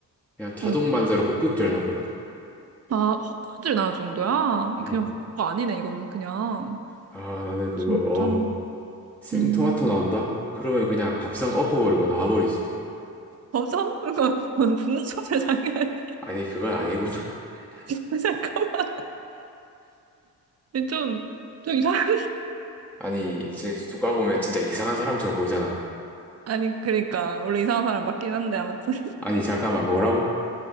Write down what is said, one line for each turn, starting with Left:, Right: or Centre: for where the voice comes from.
Centre: 그냥 자동
Right: 어.
Centre: 반사로 헛구역질 나거든.
Right: 아, 헛구역질 나올 정도야?
Centre: 음.
Right: 그냥 헛구가 아니네, 이거는 그냥.
Centre: 아 나는 그거
Right: 진짜.
Centre: 어우 생토마토
Right: 음.
Centre: 나온다? 그러면 그냥 밥상 엎어버리고 나와버리지.
Right: 어, 싸우는 건 분노조절 장애아니
Centre: 아니 그건 아니고 <laughs>
Right: <laughs> 잠깐만. 좀, 좀 이상한.
Centre: 아니 진짜 누가 보면 진짜 이상한 사람처럼 보이잖아.
Right: 아니, 그러니까. 원래 이상한 사람 맞긴 한데, 아무튼.
Centre: 아니 잠깐만 뭐라고?